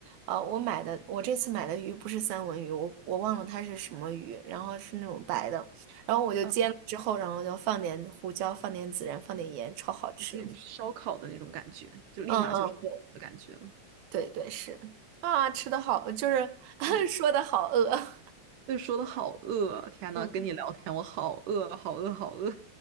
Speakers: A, on the right; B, on the right.
A: 呃，我买的，我这次买的鱼不是三文鱼，我我忘了它是什么鱼，然后是那种白的，然后我就煎了之后，
B: 嗯，
A: 然后就放点胡椒，放点孜然，放点盐，超好吃。
B: 有点烧烤的那种感觉，
A: <laughs>
B: 就立马就是的感觉了。
A: 嗯嗯，对对是，啊，吃的好，就是 <laughs>
B: 对，
A: 说的好饿。<laughs>
B: 就说的好饿啊，天呐，
A: 嗯
B: 跟你聊天我好饿，好饿，好饿，